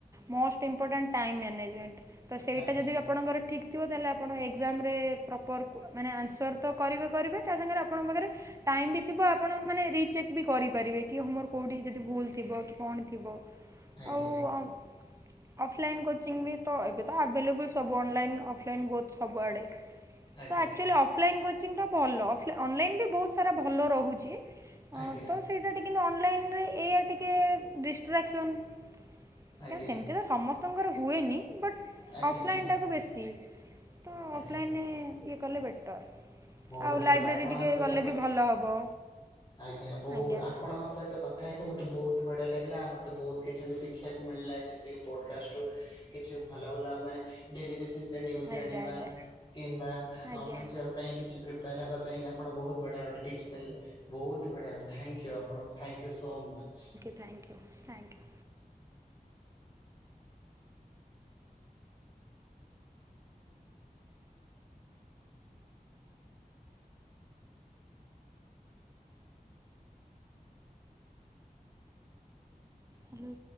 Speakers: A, on the right; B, on the left.
A: ମୋଷ୍ଟ ଇମ୍ପୋର୍ଟାଣ୍ଟ ଟାଇମ୍ ମ୍ୟାନେଜମେଣ୍ଟ ତ ସେଇଟା
B: ଆଜ୍ଞା
A: ଯଦି ଆପଣଙ୍କର ଠିକ୍ ଥିବ ତାହେଲେ ଆପଣ ଏକ୍ଜାମରେ ପ୍ରପର୍ ମାନେ ଆନ୍ସର ତ କରିବେ କରିବେ ତା ସାଙ୍ଗରେ ଆପଣଙ୍କ ପାଖରେ ଟାଇମ୍ ବି ଥିବ ଆପଣାନେ ରଚେକ୍ ବି କରିପାରିବେ କି ମୋର କୋଉଠି ଯଦି ଭୁଲ ଥିବ କି କଣ ଥିବ
B: ଆଜ୍ଞା।
A: ଆଉ ଅଫଲାଇନ୍ କୋଚିଂ ବି ତ ଏବେ ତ ଆଭେଲେବୁଲ ସବୁ ଅନଲାଇନ୍ ଅଫଲାଇନ୍ ବହୁତ ସବୁଆଡ଼େ
B: ଆଜ୍ଞା
A: ତ actually offline coaching ଟା ଭଲ ଅଫ ଅନଲାଇନ୍ ବି ବୋହୁତ ସାରା ଭଲ ରହୁଚି ଅ
B: ଆଜ୍ଞା
A: ତ ସେଇ କିନ୍ତୁ ଅନଲାଇନ ରେ ଏଇଆ ଟିକେ ଡିଷ୍ଟ୍ରାକ୍ସନ୍ କାହିଁନା
B: ଆଜ୍ଞା
A: ସେମିତି ତ ସମସ୍ତଙ୍କର ହୁଏନି ବଟ୍
B: ଆଜ୍ଞା
A: ଅଫଲାଇନ
B: ଆଜ୍ଞା
A: ଟାକୁ ବେଶୀ ତ
B: ଆଜ୍ଞା।
A: ଆଫ୍ଲାଇନ ରେ ଇଏ କଲେ ବେଟର।
B: ବହୁତ
A: ଆଉ ଲାଇବ୍ରେରୀ
B: ବଢିଆ ଆପଣଙ୍କ
A: ଟିକେ
B: ସହିତ
A: ଗଲେ
B: କଥା
A: ବି ଭଲ ହେବ।
B: ଆଜ୍ଞା ବହୁତ
A: ଆଜ୍ଞା
B: ଆପଣଙ୍କ ସହିତ କଥା ହେଇକି ମୋତେ ବହୁତ ବଢିଆ ଲାଗିଲା ଆଉ ମତେ ବହୁତ କିଛି ବି ଶିଖ ଖିବାକୁ ମିଳିଲା ଯେମତି କି ପୋଡକଷ୍ଟ ରୁ କିଛି ଭଲ ଭଲ ଆଉ ମାନେ ଡେଲି ଡେଲି ନିଉଜ ଜାଣିବା
A: ଆଜ୍ଞା ଆଜ୍ଞା।
B: କିମ୍ବା
A: ଆଜ୍ଞା
B: ଗମେଣ୍ଟ ଜବ ପାଇଁ କିଛି ପ୍ରି ପାର ହେବା ପାଇଁ ଆପଣ ବହୁତ ବଢ଼ିଆ <unintelligible> ଟିପ୍ସ ଦେଲେ ବହୁତ୍ ବଢିଆ ଥାଙ୍କ୍ ୟୁ ଆପଣ thank you so much
A: thank you thank you. Hello